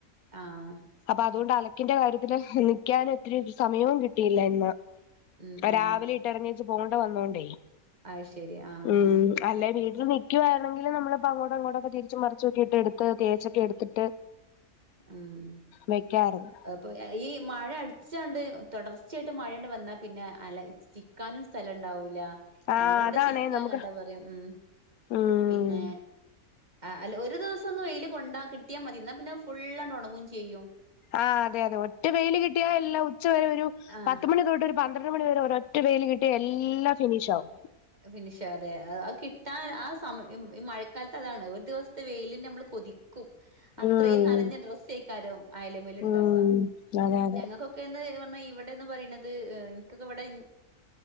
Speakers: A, on the right; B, on the left.
A: ആഹ്
B: അപ്പൊ അതുകൊണ്ട് അലക്കിന്റെ കാര്യത്തില് നിൽക്കാൻ ഒത്തിരി സമയവും കിട്ടിയില്ല ഇന്ന്
A: ഉം ഉം
B: രാവിലെ ഇട്ടറിഞ്ഞേച്ച് പോകേണ്ട വന്നോണ്ടേ
A: അത് ശെരി ആഹ്
B: ഉം
A: ആഹ്
B: അല്ലെ വീട്ടിൽ നിക്കുവായിരുന്നെങ്കില് നമ്മള് ഇപ്പോ അങ്ങോട്ടും ഇങ്ങോട്ടുവൊക്കെ തിരിച്ച് മറിച്ച് ഒക്കെ ഇട്ട്എടുത്ത് തേച്ചൊക്കെ എടുത്തിട്ട്
A: ഉം
B: വെക്കായിരുന്നു
A: അ ഇപ്പൊ ഈ മഴ അടിച്ചാണ്ട് തുടർച്ചയായിട്ട് മഴയണ്ട് വന്നാൽ പിന്നെ അലച്ചി വെക്കാനും സ്ഥലംണ്ടാവൂല
B: ആഹ്
A: ഞങ്ങളവിടെ
B: അതാണേ
A: ചിക്കാന്ന
B: നമുക്ക്
A: കേട്ടാ പറയാ ഉം
B: ഉം
A: പിന്നെ ആഹ് അല്ല ഒരു ദിവസം ഒന്ന് വെയില് കൊണ്ടാ കിട്ടിയാ മതി എന്നാ പിന്നെ ഫുള്ള്അങ്ങട് ഉണങ്ങുകയും ചെയ്യും
B: ആഹ് അതെ അതെ ഒറ്റ വെയില് കിട്ടിയാ എല്ലാം ഉച്ച വരെ ഒരു
A: ആഹ്
B: പത്ത്മണി തൊട്ട് ഒരു പന്ത്രണ്ട് മണി വരെ ഓരൊ ഒറ്റ വെയില് കിട്ടിയാ എല്ലാം ഫിനിഷ് ആവും
A: ഫിനിഷാ അതെ ആ കിട്ടാൻ ആഹ് സമയ ഈ മഴക്കാലത്ത് അതാണ് ഒരു ദിവസത്തെ വെയിലിന് നമ്മള് കൊതി അത്രയും
B: ഉം
A: നനഞ്ഞ ഡ്രസ്സ്ക്കാരം അയല്മേൽ ഉണ്ടാവുക
B: ഉം അതെ അതെ
A: ഞങ്ങൾക്കൊ ക്കെന്ന് പറഞ്ഞാൽ ഇവിടെന്ന് പറയണത് എനിക്കൊക്കെ ഇവിടെ